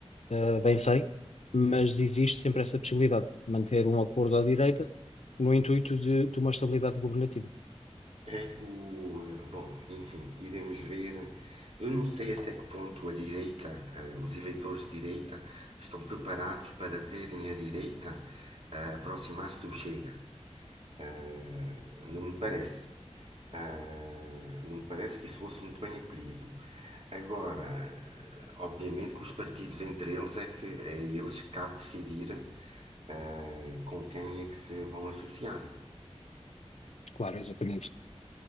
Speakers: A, on the left; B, on the right.
A: ah, bem sei, mas existe sempre essa possibilidade, manter um acordo à direita no intuito de de uma estabilidade governativa.
B: É, o, eh, bom, enfim, iremos ver. Eu não sei até que ponto a direita, eh, os eleitores de direita, estão preparados para verem a direita eh, aproximar-se do Chega. Eh, não me parece. Ah, não me parece que isso fosse muito bem acolhido. Agora, eh, obviamente que os partidos entre eles é que é eles que cabe decidir ah, com quem é que se vão associar.
A: Claro, exatamente.